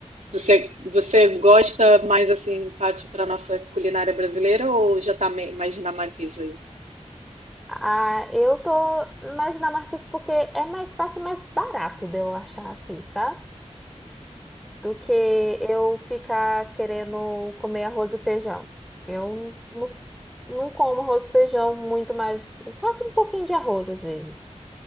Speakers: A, on the right; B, in the centre.
A: Você, você gosta mais assim, parte para nossa culinária brasileira ou já tá me- mais dinamarquesa aí?
B: Ah, eu tô na Dinamarca isso porque é mais fácil e mais barato de eu achar aqui, sabe? do que eu ficar querendo comer arroz e feijão. Eu não, não como arroz e feijão muito mais. Eu faço um pouquinho de arroz às vezes,